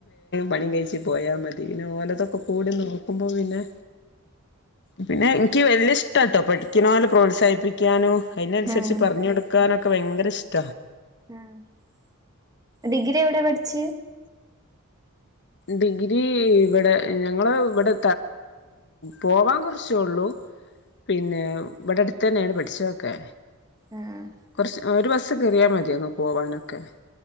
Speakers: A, on the left; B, on the right.
A: പണി കഴിച്ചച്ച് പോയാൽ മതി പിന്നെ ഓലതൊക്കെ കൂടി നോ അപ്പം പിന്നെ പിന്നെ എനിക്ക് വലിയ ഇഷ്ട പഠിക്കുന്ന പോലെ പ്രോത്സാഹിപ്പിക്കാനോ. അതിനനുസരിച്ച്
B: ആഹ് ആഹ്
A: പറഞ്ഞഞ് കൊടുക്കാനൊക്കെ ഭയങ്കര ഇഷ്ട.
B: ആഹ് ഡിഗ്രി എവിടെ പഠിച്ച.
A: ഡിഗ്രി ഇവിടെ ഞങ്ങള് ഇവിടെ പോവാൻ കുറിച്ചുള്ളു. പിന്നെ ഇവിടെ അടുത്ത് തന്നെയടെ പഠിച്ചോക്കെ.
B: ആഹ്
A: കുറച്ച് ഒരു ബസ്സ് കേറിയാ മതി അങ്ങ് പോവാനൊക്കെ